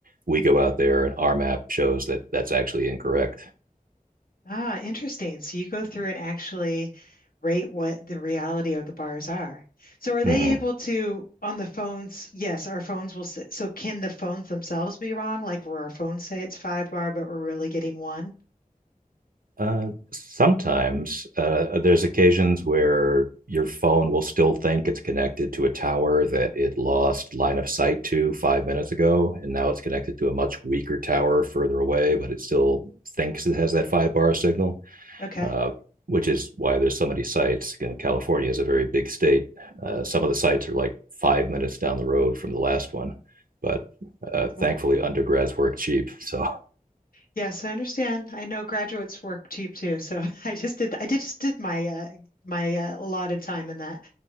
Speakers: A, on the right; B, on the left.
A: we go out there and our map shows that that's actually incorrect.
B: Ah, interesting. So you go through and actually rate what the reality of the bars are. So are they
A: Mm-hmm.
B: able to on the phones? Yes, our phones will s So can the phones themselves be wrong? Like where our phones say it's five bar, but we're really getting one?
A: Uh, sometimes uh, there's occasions where your phone will still think it's connected to a tower that it lost line of sight to five minutes ago, and now it's connected to a much weaker tower further away, but it still thinks it has that five bar signal.
B: Okay.
A: Uh, which is why there's so many sites. You know, California is a very big state. Uh, some of the sites are like five minutes down the road from the last one, but uh,
B: Well,
A: thankfully undergrads work cheap, so
B: yes, I understand. I know graduates work cheap too, so <laughs> I just did. I did- just did my uh, my uh, allotted time in that.